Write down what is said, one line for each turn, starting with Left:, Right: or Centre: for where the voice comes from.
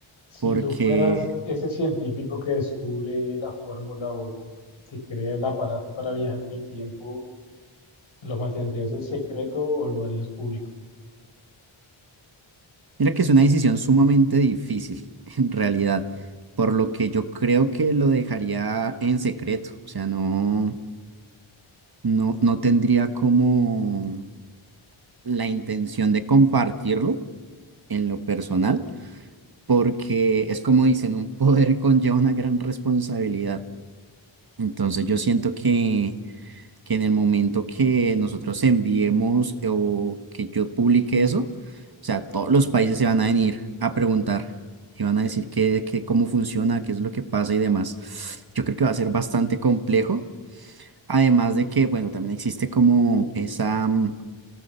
Left: Si
Right: porque
Left: tú fueras ese científico que descubre la fórmula o que crea el aparato para viajar en el tiempo, ¿lo mantendrías en secreto o lo harías público?
Right: mira que es una decisión sumamente difícil, <laughs> en realidad, por lo que yo creo que lo dejaría en secreto, o sea, no, no, no tendría como la intención de compartirlo en lo personal, porque es como dicen, un <laughs> poder conlleva una gran responsabilidad. Entonces yo siento que que en el momento que nosotros enviemos o que yo publique eso, o sea, todos los países se van a venir a preguntar y van a decir qué, qué- cómo funciona, qué es lo que pasa y demás. Yo creo que va a ser bastante complejo. Además de que, bueno, también existe como esa, mm,